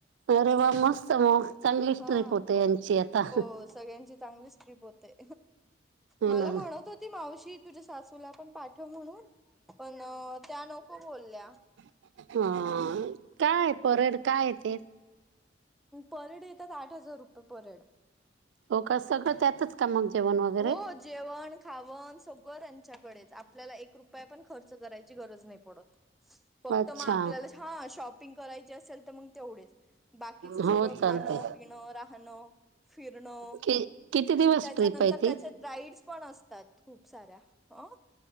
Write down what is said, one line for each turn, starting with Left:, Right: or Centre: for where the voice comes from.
Right: अरे वा! मस्त मग चांगलीच
Centre: हा
Right: ट्रीप होते यांची आता.
Centre: हो सगळ्यांची चांगलीच. चीप होते. मला
Right: ना.
Centre: म्हणत होती मावशी तुझ्या सासूला पण पाठव म्हणून. पणअ... त्या नको बोल्या
Right: ह.. काय परेड काय ये ते.
Centre: पर हेड येतात आठ हजार रुपये पर हेड.
Right: हो का सगळं त्यांतच का मग जेवण वगैरे.
Centre: हो जेवण खावण सगळं त्यांच्याकडेच, आपल्याला एक रुपया पण खर्च करायची गरज नाही पडत. फक्तं
Right: अच्छा
Centre: मग आपल्याला हा.. शॉपिंग करायचे असेल तर मग तेवढेच. बाकीच
Right: हो
Centre: सगळं
Right: चालते.
Centre: खाणं पिणं राहणं फिरणं.
Right: कि किती दिवस
Centre: त्याच्यानंतर
Right: ट्रिप आहे ती?
Centre: त्याच्यात राईड्स पण असतात. खूप साऱ्या हो.